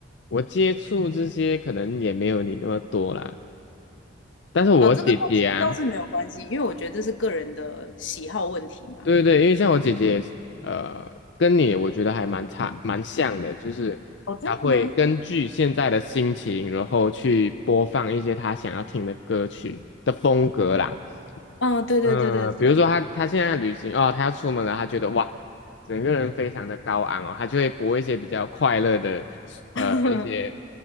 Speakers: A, on the left (about 70°); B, on the left (about 80°).
A: 我接触这些可能也没有你那么多啦。但是我姐姐啊。
B: 哦，这个倒是倒是没有关系，因为我觉得这是个人的喜好问题嘛。
A: 对对对，因为像我姐姐也是呃，跟你我觉得还蛮差蛮像的，就是她会根据现在的心情，
B: 哦，真的吗？
A: 然后去播放一些她想要听的歌曲的风格啦。
B: 嗯，对对对对对，
A: 嗯，比如说她她现在旅行哦，她要出门了，她觉得哇，整个人非常的高昂哦，她就会播一些比较快乐的，呃，
B: <laughs>
A: 一些